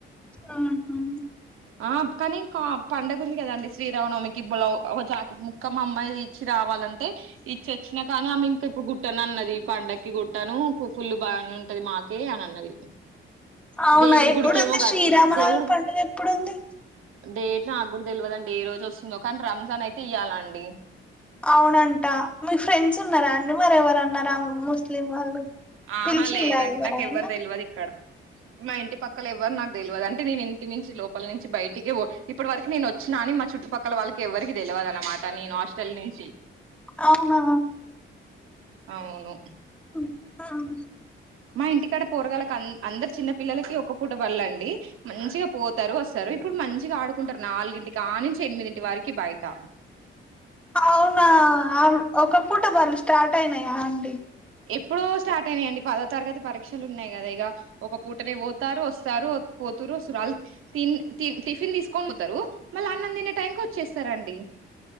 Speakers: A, in the centre; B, on the right.
A: ఆహా
B: ఆ కానీ ఇంకా పండగ ఉంది కదండి శ్రీరామనవమికి బ్లౌ ఒక జాకెట్ ముక్క అమ్మాయి రావాలంటే ఇచ్చి వచ్చినా కానీ ఆమె ఇంకా ఇప్పుడు గుట్టను అన్నది పండకి గుట్టను ఫుల్ బాగా అని ఉంటది మాకే అని అన్నది
A: అవునా
B: దేవుడు
A: ఎప్పుడుంది
B: గుడికెమో కడుతున్నా
A: శ్రీరామనవమి
B: దేవుడు
A: పండుగ ఎప్పుడుంది
B: డేట్ నాకు కూడా తెల్వదండి ఏ రోజు వస్తుందో కానీ రంజాన్ అయితే ఇయ్యాలండి
A: అవునంటా మీ ఫ్రెండ్స్ ఉన్నారా అండి మర ఎవరన్నారు ముస్లిం వాళ్ళు
B: ఆహా
A: పిలిచిలా
B: లేరండి
A: ఎవరయినా
B: నాకు ఎవ్వరు తెలవదు ఇక్కడ మా ఇంటి పక్కల ఎవ్వరు నాకు తెలవదు అంటే నేను ఇంటి నుంచి లోపల నుంచి బయటికి పో ఇప్పటి వరకు నేను వచ్చిన కానీ మా చుట్టుపక్కల వాళ్ళకి ఎవరికి తె లవదు అన్నమాట నేను హాస్టల్ నుంచి
A: అవునా
B: అవును
A: మ్మ్.
B: మా ఇంటికాడ పోరగాళ్ళకి అందరు చిన్న పిల్లలకి ఒక పూట బల్లండి మంచిగా పోతారు వస్తారు ఇప్పుడు మంచిగా ఆడుకుంటారు నాలుగింటి కా నుంచి ఎనిమిదింటి వరకీ బయట
A: అవునా ఒక పూట బళ్ళు స్టార్ట్ అయినాయా అండీ
B: ఎప్పుడో స్టార్ట్ అయినాయియండి పదో తరగతి పరీక్షలు ఉన్నాయి కదా ఇగ ఒక పూటనే పోతారు వస్తారు పోతు. రోజు వాళ్లు తిన్ తిన్ టిఫిన్ తీసుకొని పోతారు. మళ్ళా అన్నం తినే టైం కి వచ్చేస్తారండి.